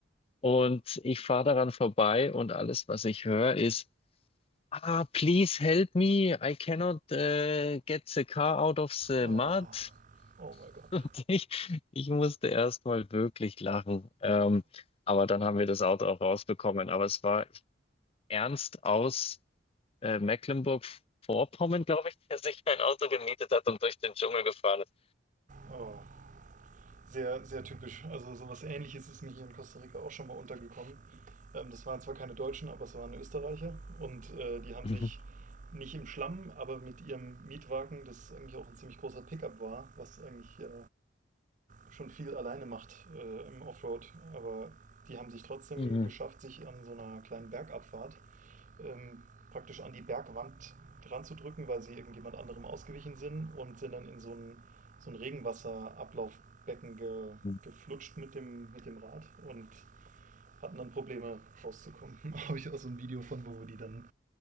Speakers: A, on the left (about 30°); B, on the right (about 45°).
A: Und ich fahre daran vorbei und alles, was ich höre, ist, Ah, please help me. I cannot äh, get the car out of the
B: Oh.
A: mud.
B: Oh mein
A: <laughs>
B: Gott.
A: Und ich, ich musste erst mal wirklich lachen. Ähm, aber dann haben wir das Auto auch rausbekommen. Aber es war ernst aus äh, Mecklenburg-Vorpommern, glaube ich, der sich ein Auto gemietet hat und durch den Dschungel gefahren ist.
B: Oh. sehr, sehr typisch. Also so was ähnliches ist mir hier in Costa Rica auch schon mal untergekommen. Ähm, das waren zwar keine Deutschen, aber es waren Österreicher und äh, die haben
A: <laughs>
B: sich nicht im Schlamm, aber mit ihrem Mietwagen, das eigentlich auch ein ziemlich großer Pickup war, was eigentlich äh, schon viel alleine macht äh, im Offroad, aber die haben sich trotzdem
A: Mhm.
B: geschafft, sich an so einer kleinen Bergabfahrt ähm, praktisch an die Bergwand dran zu drücken, weil sie irgendjemand anderem ausgewichen sind und sind dann in so ein, so ein Regenwasserablaufbecken ge,
A: Mhm.
B: geflutscht mit dem, mit dem Rad und hatten dann Probleme rauszukommen. <laughs> Habe ich auch so ein Video von, wo wir die dann